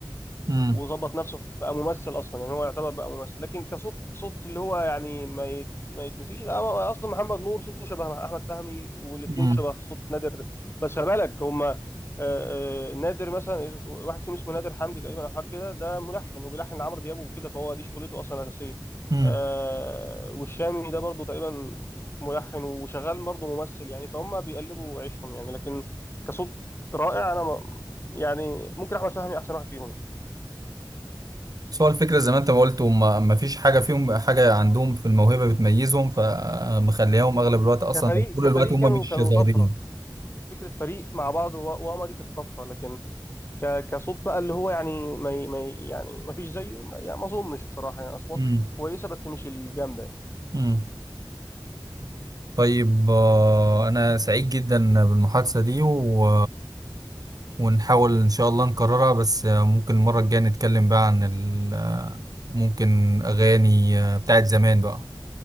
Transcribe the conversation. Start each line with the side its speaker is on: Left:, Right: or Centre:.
Right: امم
Left: وظبط نفسه بقى ممثل اصلا يعني هو يعتبر بقى ممثل لكن كصوت صوت اللي هو يعني ما يت- ما يتنسيش لا هو اصلا محمد نور صوته شبه احمد فهمي والاثنين
Right: امم
Left: شبه صوت نادر بس خلي بالك هما آه، آه، نادر مثلا واحد فيهم اسمه نادر حمدي تقريبا او حاجه كده ده ملحن وبيلحن لعمرو دياب وكده فهو دي شغلته اصلا الاساسيه
Right: امم
Left: آه، والشامي ده برضه تقريبا ملحن وشغال برضه ممثل يعني فهم بيقلبوا عيشهم يعني لكن كصوت رائع انا ما- يعني ممكن احمد فهمي احسن واحد فيهم
Right: بس هو الفكره زي ما انت ما قلت وما ما فيش حاجه فيهم حاجه عندهم في الموهبه بتميزهم فمخليهم اغلب الوقت اصلا
Left: كفريق
Right: او طول
Left: كفريق
Right: الوقت هم
Left: كانوا
Right: مش
Left: كانوا
Right: ظاهرين
Left: طفره فكره فريق مع بعض و- واما دي كانت طفره لكن ك- كصوت بقى اللي هو يعني ما ي- ما ي- يعني ما فيش زيه ما يعني ما اظنش بصراحه يعني اصوات
Right: امم
Left: كويسه بس مش الجامده يعني.
Right: امم طيب آه، انا سعيد جدا بالمحادثه دي و ونحاول إن شاء الله نكررها بس آه، ممكن المرة الجاية نتكلم بقى عن ال آه، ممكن أغاني آه، بتاعت زمان بقى